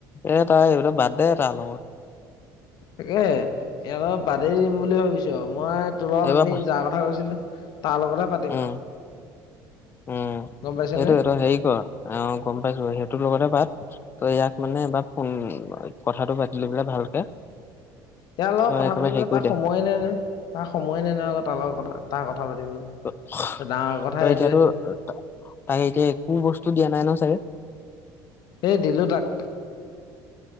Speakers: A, on the left; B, on the left.
A: এ তাই এইবতো বাদ দে তাৰ লগত।
B: তাকে এয়া বাৰু বাদেই দিম বুলি ভাবিছো মই তলত
A: এইবাৰ
B: আনি যাৰ কথা কৈছিলো। তাৰ লগতে পাতিম
A: উম
B: আৰু।
A: উম,
B: গম পাইছনে
A: এটো এটা হেৰি কৰ অ, গম পাইছো সেইটো। তোৰ লগতে পাত ত' ইয়াক মানে এবাৰ ফোন কথাটো পাতিলে বোলে ভালকে।
B: ইয়াৰ লগত
A: তই
B: কথা
A: একেবাৰে
B: পাতিবলে
A: হেৰি কৰি
B: তাক
A: দে
B: সময়ে নাই নে তাক সময়ে নাই নে তাৰ লগৰ কথা তাৰ কথা, পাতিবলৈ
A: ত'
B: ডাঙৰ কথা সেইটোৱে
A: এতিয়াতো তাকে এতিয়া কোনো বস্তু দিয়া নাই ন। চাগে,
B: এ দিলো তাক।